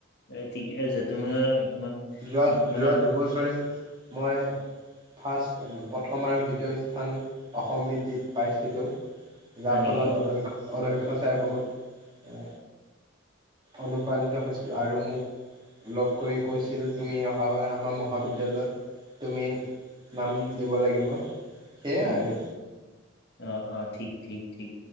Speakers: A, on the left; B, on the right.
A: এ ঠিকে আছে তোমাৰ মান
B: যোৱা
A: মানে
B: যোৱা দুবছৰে মই ফাৰ্ষ্ট প্ৰথম আৰু দ্বিতীয় স্থান অসম ভিত্তিত পাইছিলোঁ। যাৰ
A: হয় নেকি
B: ফলত অধ্যক্ষ অধ্যক্ষ চাৰে বহুত অনুপ্ৰাণিত হৈছিল আৰু মোক লগ কৰি কৈছিল তুমি অহাবাৰ আমাৰ মহাবিদ্যালয়ত তুমি নাম দিব লাগিব সেয়াই
A: উম
B: আৰু
A: অ অ ঠিক ঠিক ঠিক